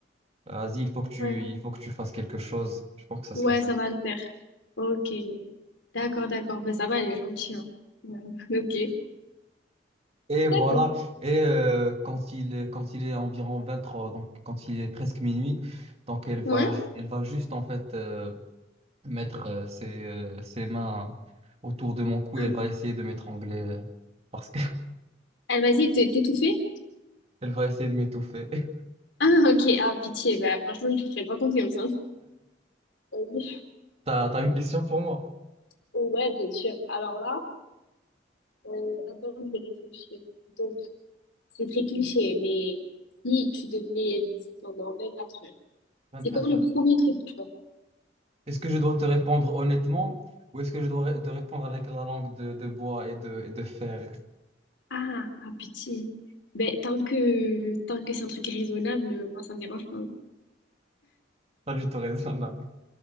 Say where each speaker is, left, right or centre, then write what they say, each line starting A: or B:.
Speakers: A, on the right; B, on the left.
A: vas-y, il faut que tu,
B: Ouais.
A: il faut que tu fasses quelque chose. Je pense que ça
B: Ouais,
A: serait ça.
B: ça va le faire. Ok. D'accord, d'accord. Ben, ça va, elle est gentille. hein. Ouais. Ok. <laughs>
A: Et voilà.
B: D'accord.
A: Et euh, quand il, est- quand il est environ 23, donc quand il est presque minuit, donc elle va,
B: Ouais.
A: elle va juste en fait. euh, mettre euh, ses, euh, ses mains autour de mon cou
B: Hein.
A: et elle va essayer de m'étrangler euh, parce qu'elle
B: Elle m'a dit, t'es t'es tout fait?
A: <laughs> va essayer de m'étouffer. <laughs>
B: Ah, ok. Ah, pitié. Bah, franchement, je lui ferai pas confiance. Hein. Euh, <laughs>
A: T'as, t'as une question pour moi?
B: Ouais, bien sûr. Alors là, euh, attends, je vais réfléchir. Donc, c'est très cliché, mais si tu devenais invisible pendant quatre heures,
A: 24
B: c'est quoi le
A: heures.
B: premier truc que tu vas faire?
A: Est-ce que je dois te répondre honnêtement ou est-ce que je dois ré- te répondre avec la langue de, de bois et de, et de fer?
B: Ah, ah, pitié. Ben, tant que, tant que c'est un truc raisonnable, euh, moi, ça me dérange pas.
A: Pas du tout raisonnable.